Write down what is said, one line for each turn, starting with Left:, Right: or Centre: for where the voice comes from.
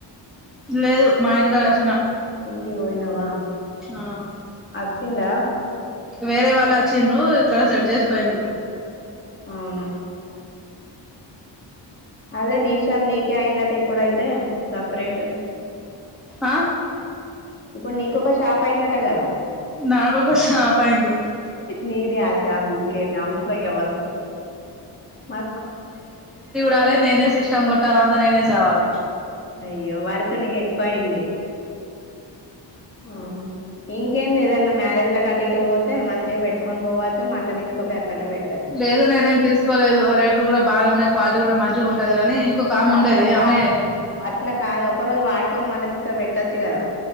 Centre: లేదు మా ఇంటికి కాడ వచ్చిన
Left: మీ ఇంటికి పోయినావా
Centre: ఆ
Left: అచ్చిండా
Centre: వేరే వాళ్ళు వచ్చిన్రు ఇక్కడ సెట్ చేసి పోయిన్రు
Left: అవునా అదే నీషాబ్ నీకే అయిందట ఇప్పుడుయితే సపరేట్
Centre: ఆ
Left: ఇప్పుడు నీక ఒక షాప్ అయిందట కదా
Centre: నాకు ఒక షాప్ అయింది
Left: నేదీ ఆ షాప్ ఇంకా అయితే అమ్ముకో ఇగ మస్తు అమ్ము
Centre: రాలేదు నేనే సిస్ష్టమ్ కొట్టాలి అంత నేనే చవాలి
Left: అయ్యో వర్క్ నీకు ఎక్కువ అయింది ఆహో ఇంకేంది ఏదన్నా మ్యారేజ్ లో కటు పోతే మంచిగా పెట్టుకొని పోవచ్చు మళ్ళీ తీసుకోపో క్క పెట్టు
Centre: లేదు నేనేం తీసుకోలేదు రేటు కూడా బాగా ఉన్నాయి క్వాలిటీ కూడా మంచిగా ఉంటది కాని ఇంకొక ఆ స
Left: అట్లా కాదు
Centre: <unintelligible>
Left: అట్లా కాదు ఒక రోజు వాడుకొని మళ్ళీ తీసుక పెట్టొచ్చు కదా